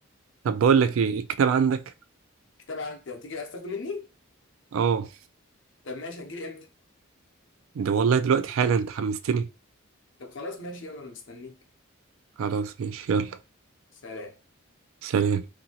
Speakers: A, on the right; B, on the left.
A: طب بقول لك إيه الكتاب عندك
B: كتاب عندي هتيجي عايز تاخده مني
A: اه
B: طب ماشي هتجيلي إمتى
A: ده والله دلوقتي حالا أنت حمستني
B: طب خلاص ماشي يلا أنا مستنيك
A: خلاص ماشي يلا
B: سلام
A: سلام